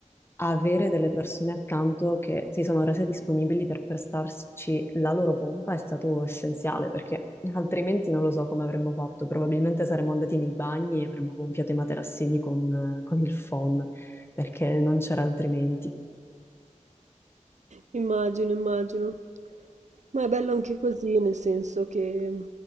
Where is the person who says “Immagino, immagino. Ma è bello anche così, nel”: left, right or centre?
Right